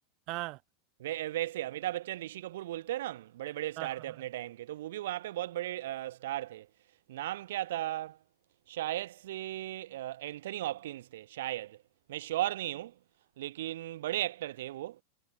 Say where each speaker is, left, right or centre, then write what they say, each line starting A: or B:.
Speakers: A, on the right (about 45°); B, on the right (about 75°).
A: हाँ
B: वै, वैसे अमिताभ बच्चन ऋषि कपूर बोलते हैं ना हम बड़े बड़े स्टार
A: हाँ हाँ
B: थे
A: हाँ
B: अपने टाइम के तो वो भी वहाँ पे बहुत बड़े आ, स्टार थे नाम क्या था शायद से एंथनी हॉपकिंस थे शायद मैं श्योर नहीं हूँ लेकिन बड़े एक्टर थे वो